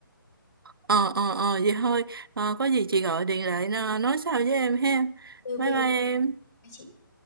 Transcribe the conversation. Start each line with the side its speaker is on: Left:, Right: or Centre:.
Right: Ờ, ờ, ờ, vậy thôi. Ờ, có gì chị gọi điện lại à, nói sau với em ha.
Left: Ok
Right: Bye
Left: ok
Right: bye
Left: ok.
Right: em.
Left: Hai chị